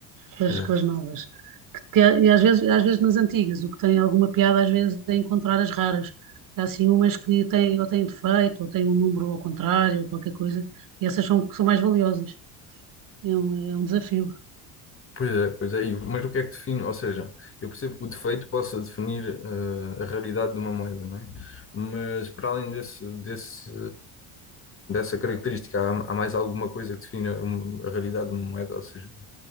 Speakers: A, on the right (about 50°); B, on the left (about 30°).
A: com
B: Pois
A: as,
B: é,
A: com as novas. Que- que a- e às vezes, às vezes nas antigas, o que tem alguma piada, às vezes, é encontrar as raras. Há assim umas que têm, ou têm defeito, ou têm um número ao contrário, ou qualquer coisa, e essas são, são mais valiosas. É um, é um desafio.
B: pois é, pois é. E o- Mas o que é que define? Ou seja, eu percebo que o defeito possa definir eh, a raridade de uma moeda, não é? Mas para além desse, desse, dessa característica, há, há mais alguma coisa que define a, um- a raridade de uma moeda? Ou seja,